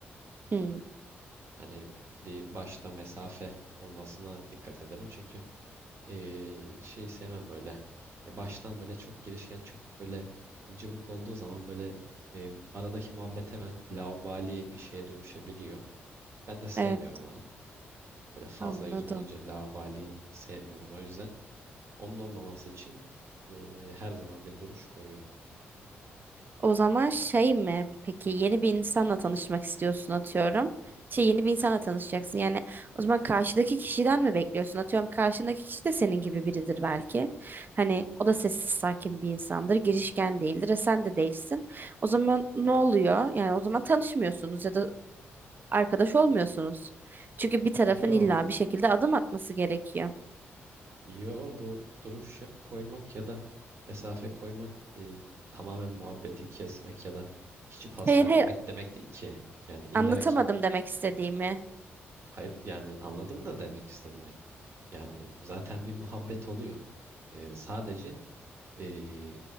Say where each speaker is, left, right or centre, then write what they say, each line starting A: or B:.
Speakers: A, on the right; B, on the right.
A: Hmm,
B: Hani bir başta mesafe olmasına dikkat ederim. Çünkü e, şeyi sevmem böyle. E, baştan böyle çok girişken çok böyle cıvık olduğu zaman böyle e, aradaki muhabbet hemen laubali bir şeye dönüşebiliyor. Ben de sevmiyorum
A: evet
B: onu. Böyle fazla
A: anladım.
B: yüz bulunca laubali sevmiyorum. O yüzden onun olmaması için e, her zaman bir duruş koyuyorum.
A: O zaman şey mi? Peki yeni bir insanla tanışmak istiyorsun atıyorum. Şey yeni bir insanla tanışacaksın. Yani o zaman karşıdaki kişiden mi bekliyorsun? Atıyorum karşındaki kişi de senin gibi biridir belki. Hani o da sessiz sakin bir insandır. Girişken değildir. E sen de değilsin. O zaman ne oluyor? Yani o zaman tanışmıyorsunuz ya da arkadaş olmuyorsunuz. Çünkü bir tarafın
B: Yo.
A: illa bir şekilde adım atması gerekiyor.
B: Yo bu duruş ya- koymak ya da mesafe koymak e, tamamen muhabbeti kesmek ya da hiç pas
A: Hayır
B: vermemek
A: hayır
B: demek değil ki. Yani illaki
A: anlatamadım demek istediğimi.
B: hayır yani anladım da demek istediğini. Yani zaten bir muhabbet oluyor. E, sadece e,